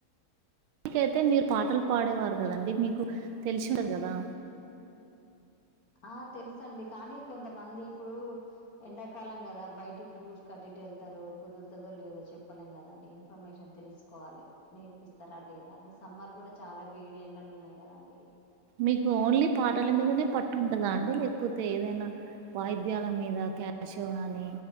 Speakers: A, on the right (about 75°); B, on the left (about 50°).
A: మీకైతే మీరు పాటలు పాడేవారు కదండి
B: చెప్
A: మీకు తెలిసి దదా
B: ఆ తెలుస అండి కానీ కొంతమంది ఇప్పుడు ఎండాకాలం కదా బయటికి టూర్స్ కట్టిటు వెళ్తారు కుదురుతుందో లేదో చెప్పలేం కదా అండి ఇన్ఫర్మేషన్ తెలుసుకో కోవాలి నేర్పిస్తారా లేదా అని సమ్మర్ కూడా చాలా వేడి ఎండలు ఉన్నాయి కదండి
A: మీకు ఓన్లీ పాటల మీదనే
B: అట్లా
A: పట్టు ఉంటదా అండి అది లేకపోతే ఏదైనా వాయిద్యాల మీద క్యాషో గాని